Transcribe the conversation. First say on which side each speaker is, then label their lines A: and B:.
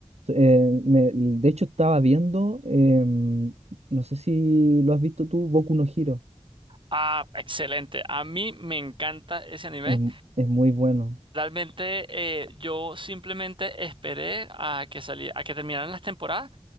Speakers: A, on the right; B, on the right.
A: So, Eh, me- de hecho estaba viendo, eh, no sé si lo has visto tú, Boku no Hero.
B: Ah, excelente, a mí me encanta ese anime.
A: Es, es muy bueno.
B: Realmente eh, yo simplemente esperé a que sali- a que terminaran las temporadas